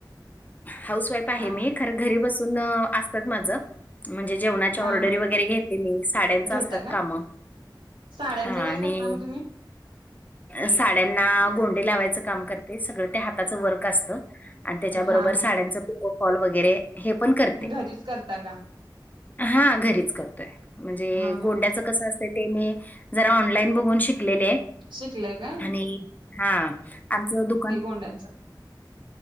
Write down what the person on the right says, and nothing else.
हा
हा
हा
घेता
का
साड्यांचं
काय
करता मग तुम्ही
हा हा
मग घरीच करता का
हा हा
मग
शिकलंय काय
गोंड्यांच.